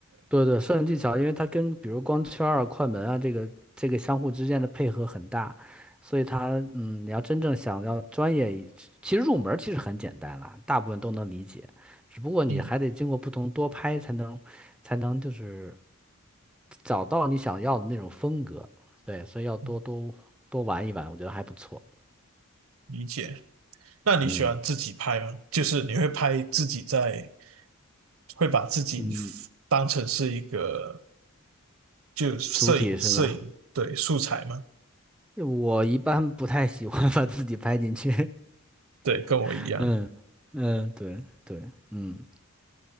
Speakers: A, in the centre; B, on the right.
A: 对对，摄影技巧，因为它跟比如光圈儿啊、快门啊这个这个相互之间的配合很大，所以它嗯，你要真正想要专业一其实入门儿其实很简单啦，大部分都能理解，只不过你还得经过不同多拍才能才能就是
B: 嗯，
A: 找到你想要的那种风格，对，所以要多多多玩一玩，
B: 嗯
A: 我觉得还不错。
B: 理解。那你喜欢自己拍吗？
A: 嗯
B: 就是你会拍自己在，会把自己
A: 嗯，
B: 当成是一个就摄影摄影对素材吗？
A: 主体是吗？我一般不太喜欢 <laughs> 把自己拍进去。
B: 对，跟我一样。
A: <laughs> 嗯嗯，对对，嗯。